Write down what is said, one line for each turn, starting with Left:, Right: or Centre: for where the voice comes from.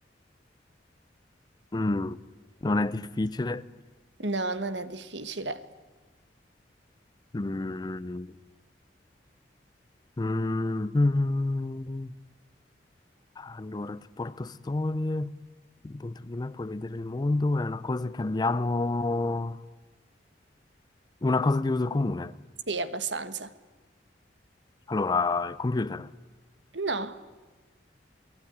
Left: mm, non è difficile.
Right: No, non è difficile.
Left: Mm, mm, mm. Allora, ti porto storie. Dentro di me puoi vedere il mondo. È una cosa che abbiamo... Una cosa di uso comune.
Right: Sì, abbastanza.
Left: Allora, il computer.
Right: No.